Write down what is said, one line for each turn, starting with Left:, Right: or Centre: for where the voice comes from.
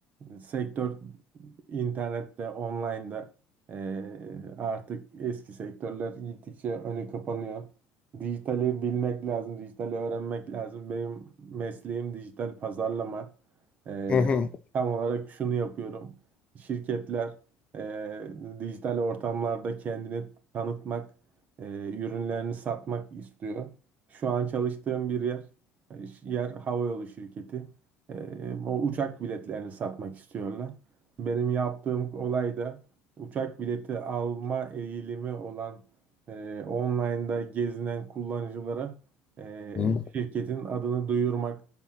Right: Sektör internette, online'da eee, artık eski sektörler gittikçe önü kapanıyor. Dijitali bilmek lazım, dijitali öğrenmek lazım. Benim mesleğim dijital pazarlama. Eee,
Left: Hı hı.
Right: tam olarak şunu yapıyorum. Şirketler eee, dijital ortamlarda kendini tanıtmak, eee, ürünlerini satmak istiyor. Şu an çalıştığım bir yer, yer havayolu şirketi. Ee, o uçak biletlerini satmak istiyorlar. Benim yaptığım olay da uçak bileti alma eğilimi olan e, online'da gezinen kullanıcılara e,
Left: Hı hı.
Right: şirketin adını duyurmak.